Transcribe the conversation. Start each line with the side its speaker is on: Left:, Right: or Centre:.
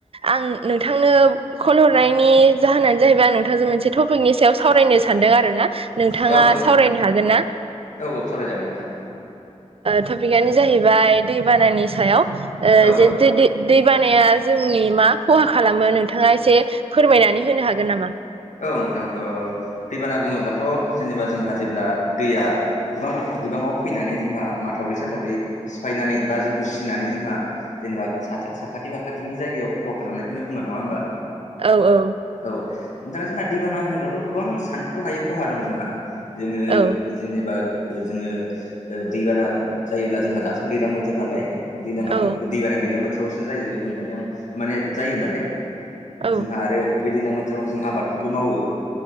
Right: आं नोंथांनो कन हरनायनि जाहोनानो जाहैबाय आं नोंथांजों मोनसे टपिकनि सायाव सावरायनो सानदों आरो शना नोंथाङा
Left: औ नोंथां
Right: सावरायनो
Left: सार
Right: हागोन ना?
Left: औ औ सावराय जागोन नोंथां।
Right: टपिकआनो जाहैबाय दैबानानि सायाव
Left: औ
Right: जे दै बानाया जोंनि मा खहा खालामो नोंथाङा एसे फोरमायनानै होनो हागोन नामा
Left: औ नोंथां दैबाना बुङोब्लाथ' जेनेबा जोंहा जेब्ला दैया गोबां बिबाङाव फैनानै जोंहा माथावरि साथावरि सिफायनानै बा जों उसिनानै जोंहा जेनेबा साखाथि फाखाथिनि जायगायाव खहा खालामनायखौनो बुङो नङा होमबा।
Right: औ औ
Left: औ नोंथाङा जोंहा दैबाना होनोब्लाथ' गोबां सानथ्रुहायै खहा दं जोंहा जोङो
Right: औ
Left: जेनेबा जोङो दैबाना जायोब्ला जोंहा दाथ' दैजलां बोथोर नालाय दैलाङा
Right: औ
Left: दैबाना दैलां बोथोरावसो जायो होननानै आं माने जायो नालाय
Right: औ
Left: जोंहा आरो बे दैज्लां बोथोरावनो जों आबादफोरबो मावो